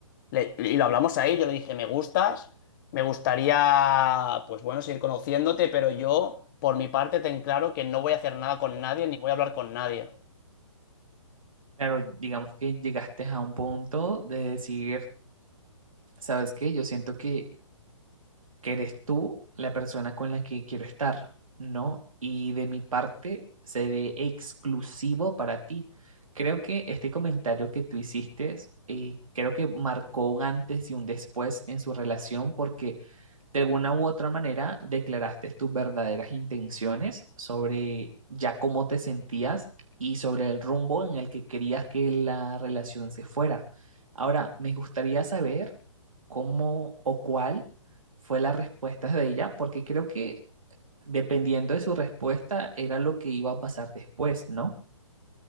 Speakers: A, on the left; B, on the right.
A: le- y lo hablamos ahí, yo le dije, me gustas, me gustaría, pues bueno, seguir conociéndote, pero yo, por mi parte, ten claro que no voy a hacer nada con nadie, ni voy a hablar con nadie.
B: Claro, digamos que llegaste a un punto de decir, ¿sabes qué? Yo siento que, que eres tú la persona con la que quiero estar, ¿no? Y de mi parte, seré exclusivo para ti. Creo que este comentario que tú hiciste, eh, creo que marcó un antes y un después en su relación porque de alguna u otra manera declaraste tus verdaderas intenciones sobre ya cómo te sentías y sobre el rumbo en el que querías que la relación se fuera. Ahora, me gustaría saber cómo o cuál fue la respuesta de ella, porque creo que dependiendo de su respuesta era lo que iba a pasar después, ¿no?